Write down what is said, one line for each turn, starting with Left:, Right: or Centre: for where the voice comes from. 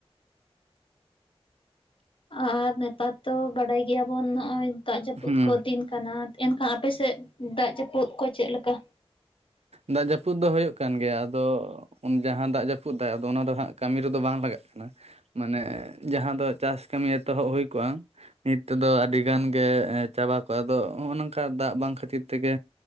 Left: ᱟᱨ ᱱᱮᱛᱟᱨ ᱫᱚ ᱵᱟᱰᱟᱭ ᱜᱮᱭᱟᱵᱚᱱ ᱱᱚᱜ -ᱚᱭ ᱫᱟᱜ ᱡᱟᱹᱯᱩᱫ
Right: ᱦᱩᱸ
Left: ᱠᱚ ᱫᱤᱱ ᱠᱟᱱᱟ ᱮᱱᱠᱷᱟᱱ ᱟᱯᱮᱥᱮᱫ ᱫᱟᱜ ᱡᱟᱹᱯᱩᱫ ᱠᱚ ᱪᱮᱫ ᱞᱮᱠᱟ
Right: ᱫᱟᱜ ᱡᱟᱹᱯᱩᱫ ᱫᱚ ᱦᱩᱭᱩᱜ ᱠᱟᱱ ᱜᱮᱭᱟ ᱟᱫᱚ ᱩᱱ ᱡᱟᱦᱟᱸ ᱫᱟᱜ ᱡᱟᱹᱯᱩᱫ ᱫᱟᱜ ᱟᱫᱚ ᱚᱱᱟ ᱫᱚ ᱦᱟᱸᱜ ᱠᱟᱹᱢᱤ ᱨᱮᱫᱚ ᱵᱟᱝ ᱞᱟᱜᱟᱜ ᱠᱟᱱᱟ ᱢᱟᱱᱮ ᱡᱟᱦᱟᱸ ᱫᱚ ᱪᱟᱥ ᱠᱟᱹᱢᱤ ᱮᱛᱚᱦᱚᱵ ᱦᱩᱭ ᱠᱚᱜᱼᱟ ᱱᱤᱛ ᱛᱮᱫᱚ ᱟᱹᱰᱤ ᱜᱟᱱ ᱜᱮ ᱪᱟᱵᱟ ᱠᱚᱜᱼᱟ ᱟᱫᱚ ᱱᱚᱜᱼᱚᱭ ᱱᱚᱝᱠᱟ ᱫᱟᱜ ᱵᱟᱝ ᱠᱷᱟᱹᱛᱤᱨ ᱛᱮᱜᱮ